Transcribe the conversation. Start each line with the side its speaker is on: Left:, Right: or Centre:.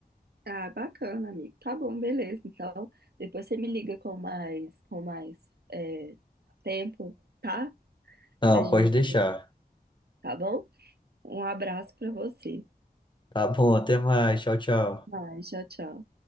Right: Ah, bacana, amigo. Tá bom, beleza. Então, depois você me liga com mais, com mais é, tempo, tá?
Left: Não,
Right: Pra gente,
Left: pode deixar.
Right: tá bom? Um abraço pra você.
Left: Tá bom, até mais. Tchau, tchau.
Right: Vai, tchau, tchau.